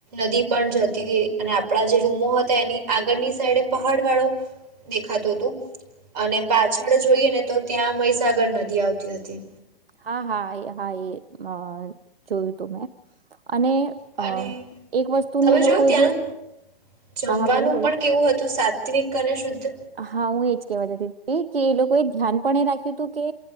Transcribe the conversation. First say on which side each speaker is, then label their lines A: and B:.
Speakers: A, on the right; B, on the right.
A: નદી પણ જતી હતી અને આપડા જે રૂમો હતા એની આગળની સાઈડે પહાડ વાળો. દેખાતું હતું અને પાછળ જોઈએ ને તો ત્યાં મહીસાગર નદી આવતી હતી.
B: હા હા એ હા એ હ જોયું હતું મેં. અને
A: અને
B: અ એક વસ્તુની
A: તમે
B: એ
A: જોયું
B: લોકો
A: ત્યાંનું
B: જે
A: જમવાનું
B: હા હા બોલો બોલો
A: પણ કેવું હતું સાત્વિક અને શુદ્ધ.
B: હા, હું એજ કેવા જતી કે એ લોકોએ ધ્યાન પણ એ રાખ્યું હતું કે